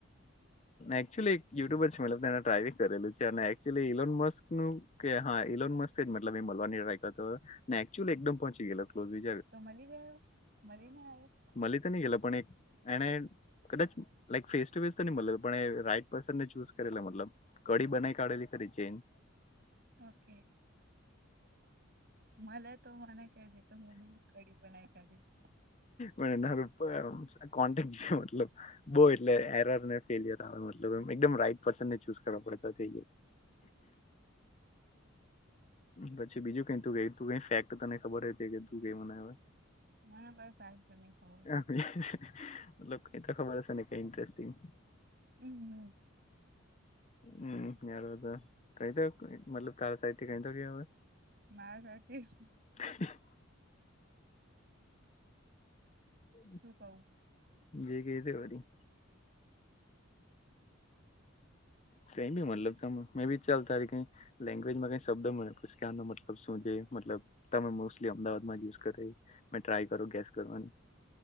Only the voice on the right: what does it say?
તો મલી ગયો, મલી ને આયો.
ઓકે મલે તો મને કેજે. તો હું બી કડી બનાઈ કાઢીશ.
મને કોઈ ફેકટ તો નહીં ખબર.
હમ હમ.
માર <inaudible>
શું કઉં?